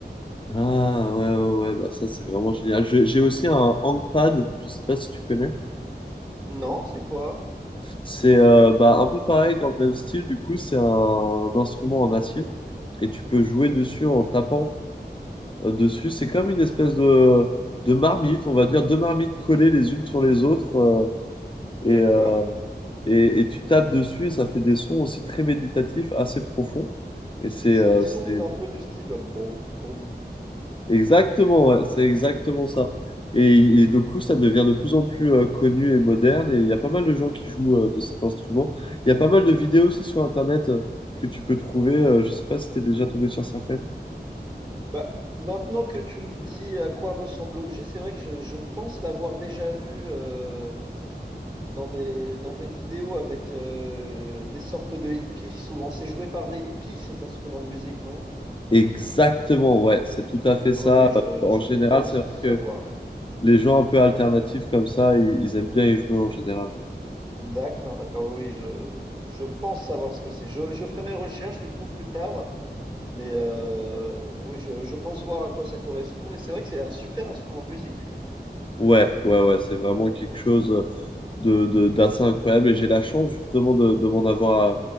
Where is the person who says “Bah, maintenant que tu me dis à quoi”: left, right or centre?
Right